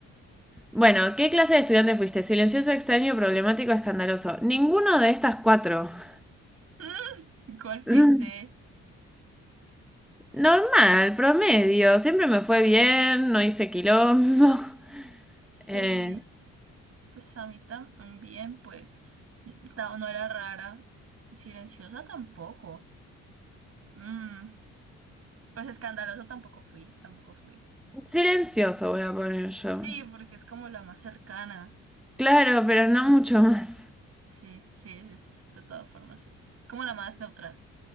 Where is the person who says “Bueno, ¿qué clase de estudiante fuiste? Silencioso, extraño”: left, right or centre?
Centre